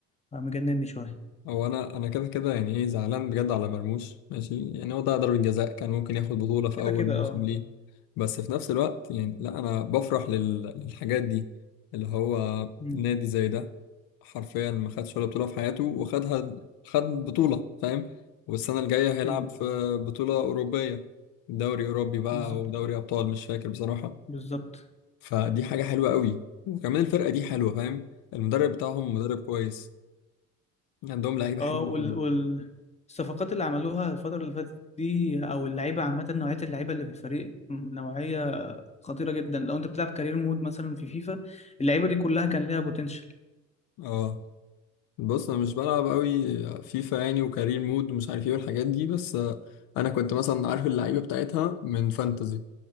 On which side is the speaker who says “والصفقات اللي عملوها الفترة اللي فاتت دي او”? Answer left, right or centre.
Left